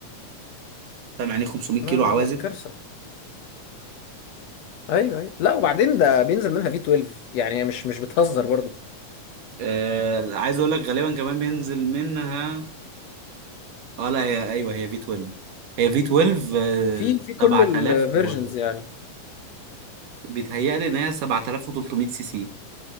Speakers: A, on the right; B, on the left.
A: فاهم يعني إيه 500
B: لا
A: كيلو
B: لا
A: عوازل
B: لا كارثه ايوه ايوه لا وبعدين ده بينزل منها في 12 يعني هي مش مش بتهزر برضو
A: آه عايز اقول لك غالبا كمان بينزل منها اه لا هي ايوه هي في 12 هي في 12 آه
B: في في كل
A: 7000
B: الفيرجنز
A: و...
B: يعني
A: بيتهيألي ان هي 7300 سي سي